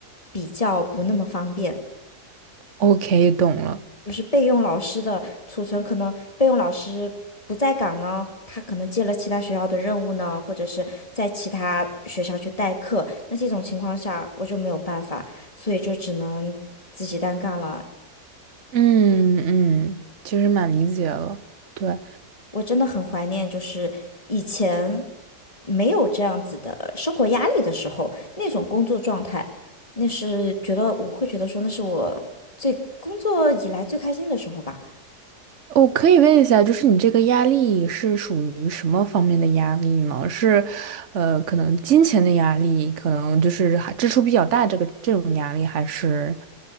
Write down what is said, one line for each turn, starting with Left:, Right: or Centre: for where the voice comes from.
Left: 比较不那么方便。
Right: ，OK，懂了。
Left: 就是备用老师的储存，可能备用老师不在岗呢，他可能接了其他学校的任务呢，或者是在其他学校去代课。那这种情况下，我就没有办法，所以就只能自己单干了。
Right: 嗯嗯，其实蛮理解了。对，
Left: 我真的很怀念，就是以前没有这样子的生活压力的时候，那种工作状态，那是觉得我会觉得说，那是我最工作以来最开心的时候吧。
Right: 我可以问一下，就是你这个压力是属于什么方面的压力呢？是，呃，可能金钱的压力，可能就是还支出比较大，这个这种压力，还是